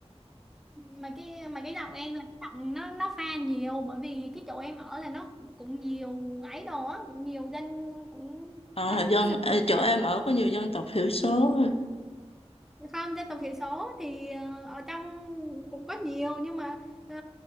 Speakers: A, in the centre; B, on the left.
A: mà cái mà cái giọng em là cái giọng nó nó pha nhiều bởi vì cái chỗ em ở là nó cũng nhiều ấy đồ á cũng nhiều dân cũng
B: À,
A: dân tứ
B: dân
A: xứ
B: ờ, chỗ em ở có nhiều dân tộc thiểu số.
A: không dân tộc thiểu số thì ờ, ở trong cũng có nhiều nhưng mà ờ,